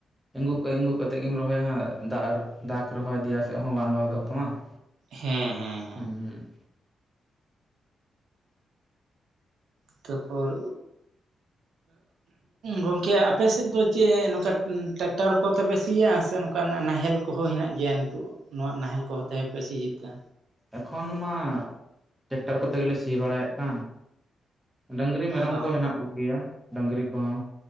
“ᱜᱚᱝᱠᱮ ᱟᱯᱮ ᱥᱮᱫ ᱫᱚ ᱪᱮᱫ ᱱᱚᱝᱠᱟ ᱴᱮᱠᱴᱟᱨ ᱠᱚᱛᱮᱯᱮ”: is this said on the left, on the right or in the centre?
Right